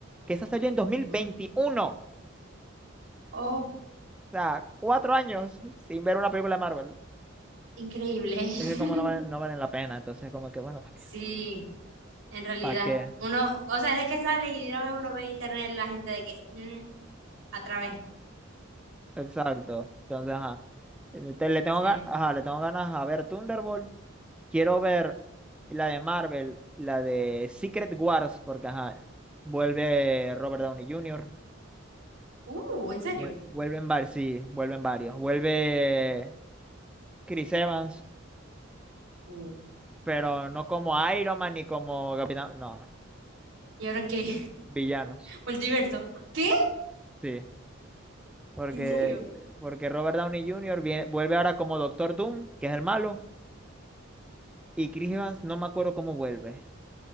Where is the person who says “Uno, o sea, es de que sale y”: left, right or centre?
Right